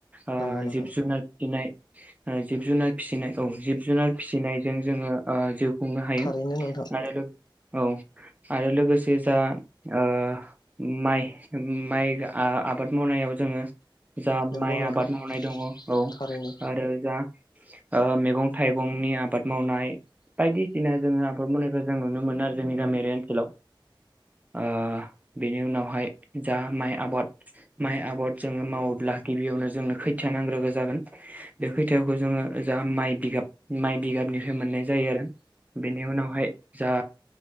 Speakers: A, on the right (about 20°); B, on the left (about 55°).
A: ओ
B: नंगौ नोंथां
A: जिब जुनार फिनाय जिब जुनार फिसिनाय औ जिब जुनार फिसिनायजों जोङो ओ जिउ खुंनो हायो
B: थारैनो नोंथां
A: आरो लोग औ आरो लोगोसे जा ओ माइ माइ आबाद मावनायाव जोङो जा
B: नंगौ
A: माइ
B: नोंथां
A: आबाद मावनाय दङ औ
B: थारैनो
A: आरो जा ओ मैगं थाइगंनि आबाद मावनाय बायदिसिना जोङो आबाद मावनायखौ जों नुनो मोनो आरो जोंनि गामियारि ओनसोलाव। ओ बेनि उनावहाय जा माइ आबाद माइ आबाद जोङो मावोब्ला गिबियावनो जोंनो खोथिया नांग्रोगौ जागोन बे खोथियाखौ जोङो ओ जा माइ बिगाब माइ बिगाबनिफ्राय मोननाय जायो आरो। बेनि उनावहाय जा